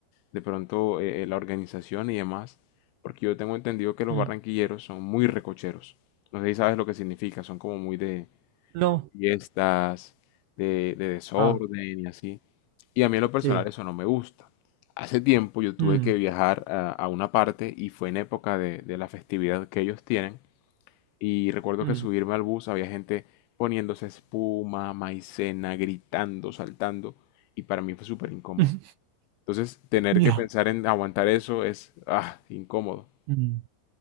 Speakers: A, on the left; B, on the right.
A: de pronto eh, eh, la organización y demás, porque yo tengo entendido que los
B: mm.
A: barranquilleros son muy recocheros. No sé si sabes lo que significa, son como muy de
B: No.
A: fiestas, de, de desorden
B: Ah,
A: y así. Y a mí en lo personal
B: sí.
A: eso no me gusta. Hace tiempo yo tuve
B: Mm,
A: que viajar a, a una parte y fue en época de, de la festividad que ellos tienen. Y recuerdo
B: mm.
A: que subirme al bus había gente poniéndose espuma, maicena, gritando, saltando. Y para mí fue súper incómodo.
B: <laughs>
A: Entonces, tener
B: Ya.
A: que pensar en aguantar eso es, ah, incómodo.
B: Mm,